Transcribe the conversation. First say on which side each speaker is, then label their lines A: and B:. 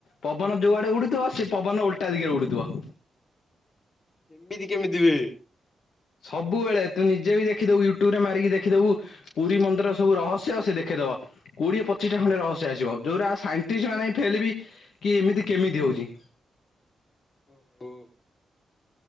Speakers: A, on the left; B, on the left.
A: ପବନ ଯୋଉଆଡେ ଉଡୁଥିବ ସେ ପବନ ଓଲଟା ଦିଗରେ ଉଡୁଥିବ।
B: ଏମିତି କେମିତି ବେ
A: ସବୁବେଳେ ତୁ ନିଜେ ବି ଦେଖିଦବୁ ୟୁଟ୍ୟୁବୁ ରେ ମାରିକି ଦେଖିଦବୁ ପୁରୀ ମନ୍ଦିର ସବୁ ରହସ୍ୟ ସେ ଦେଖେଇଦବ। କୁଡିଏ ପଚିଶ୍ ଟା ଖଣ୍ଡେ ରହସ୍ୟ ଆସିବ ଯୋଉ ଗୁରା ସାଇଣ୍ଟିସ୍ ମାନେ ଫେଲେବି କି ଏମିତି କେମିତି ହଉଚି।
B: ଓ